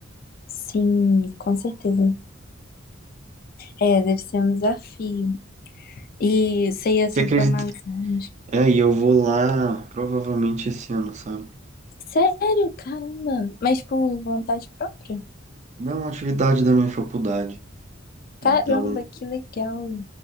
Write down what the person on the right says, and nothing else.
Você acredita?
É, e eu vou lá provavelmente esse ano, sabe?
Não, é uma atividade da minha faculdade. Então,